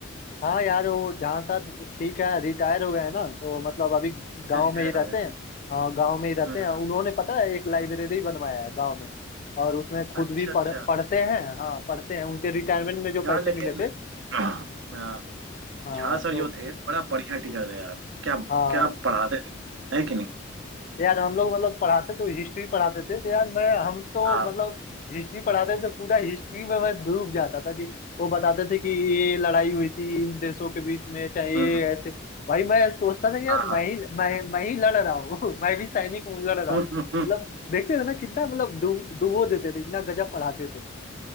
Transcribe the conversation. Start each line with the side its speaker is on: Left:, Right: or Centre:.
Left: हाँ यार वो जहाँ साहब ठीक है रिटायर हो गए हैं ना तो मतलब अभी
Right: अच्छा
Left: गांव
Right: रिटायर
Left: में ही रहते
Right: हो गए
Left: हैं हाँ गांव में ही रहते
Right: हम्म
Left: हैं उन्होंने पता है एक लाइब्रेरी बनवाया है गांव में और उसमें खुद
Right: अच्छा
Left: भी
Right: अच्छा
Left: पढ़ पढ़ते हैं हाँ पढ़ते हैं उनके रिटायरमेंट
Right: हम्म।
Left: में जो पैसे
Right: यार लेकिन
Left: मिले थे
Right: <clears throat> हाँ,
Left: हाँ
Right: झा सर
Left: तो
Right: जो थे बड़ा बढ़िया टीचर थे यार क्या
Left: हाँ
Right: क्या पढ़ाते थे है कि नहीं
Left: यार हम लोग मतलब पढ़ाते तो हिस्ट्री पढ़ाते थे तो यार मैं हम तो
Right: हाँ
Left: मतलब हिस्ट्री पढ़ाते थे तो पूरा हिस्ट्री में मैं डूब जाता था कि वो बताते थे कि ये लड़ाई हुई थी इन देशों के बीच में चाहे ये
Right: हम्म,
Left: ऐसे भाई मैं सोचता था कि यार
Right: हाँ
Left: मैं
Right: हाँ
Left: ही मैं मैं ही लड़ रहा हूँ <laughs> मैं भी सैनिक हूँ लड़ रहा
Right: <laughs>
Left: हूँ मतलब देखते थे ना कितना मतलब डूब डुबो देते थे इतना गजब पढ़ाते थे